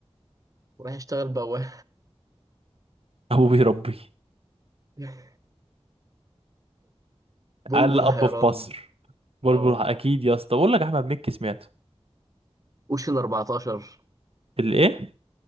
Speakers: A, on the right; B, on the right.
A: وراح يشتغل بواب
B: ابو بيربيه
A: <laughs> بلبل
B: اقل اب
A: حيران
B: في مصر بلبل
A: اه والله
B: اكيد يا اسطى بقول لك احمد مكي سمعته
A: اوشن 14
B: الايه